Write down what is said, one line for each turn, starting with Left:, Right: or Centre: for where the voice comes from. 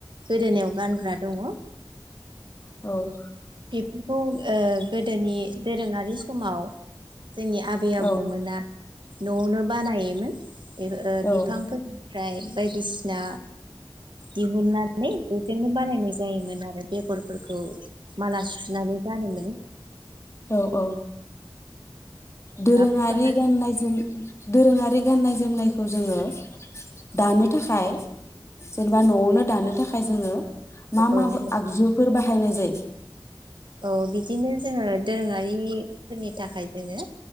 Right: गोदोनायाव गानग्रा दङ
Left: औ
Right: बेफोरखौ ओ गोदोनि दोरोङारि समाव जोंनि आबै
Left: औ
Right: आबौमोना न'आवनो बानायोमोन बे ओ
Left: औ
Right: बिफांफोरनि फ्राय बायदिसिना दिहुननानै बेजोंनो बानायनाय जायोमोन आरो बेगरफोरखौ माला सुनानै गानो मोन
Left: औ औ दोरोङारि
Right: बा फोनानै
Left: गाननायजों दोरोङारि गाननाय जोमनायखौ जोङो दानो थाखाय जेनेबा न'आवनो दानो थाखाय जोङो मा मा
Right: औ
Left: आगजुफोर बा हायनाय जायो
Right: औ बिदिनो जोङो दोरोङारिफोरनि थाखाय जोङो